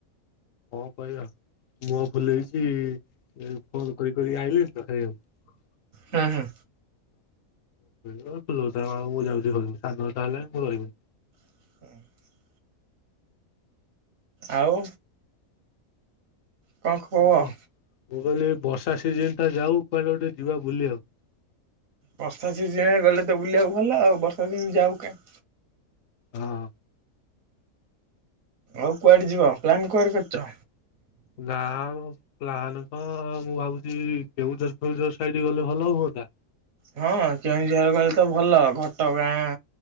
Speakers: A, on the left (about 70°); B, on the right (about 75°).
A: କଣ କହିବ, ମୁହଁ ଫୁଲେଇଚି। ଫୋନ କରି କରି ଆଇିଲିଣି ତ। ହଁ <unintelligible>
B: ହୁଁ ହୁଁ
A: ହଁ ମୁଁ ଯାଉଛି ହଲ୍ ସାଢେ଼ ନଅଟା ହେଲାଣି ମୁଁ ରହିବିନି।
B: <inaudible> ଆଉ। କଣ <unintelligible>
A: ଓହୋ, ମୁଁ କହିଲି ବର୍ଷା ସିଜିନଟା ଯାଉ କୁଆଡେ ଗୋଟେ ଯିବା ବୁଲିଆକୁ।
B: ବର୍ଷା ସିଜିନରେ ଗଲେ ତ ବୁଲିବାକୁ ଭଲ ଆଉ ବର୍ଷାସିଜିନ ଯାଉ କାଇଁ।
A: ହଁ।
B: ଆଉ କୁଆଡେ ଯିବ ପ୍ଲାନ୍ କୁଆଡେ କରିଚ?
A: ନା ବ ପ୍ଲାନ କଣ ମୁଁ ଭାବୁଛି କେଉଁଝର ଫେଉଁଝର ସାଇଡ ଗଲେ ଭଲ ହୁଅନ୍ତା।
B: ହଁ କେଉଁଝର ଗଲେ ତ ଭଲ ଘଟ ଗାଁ।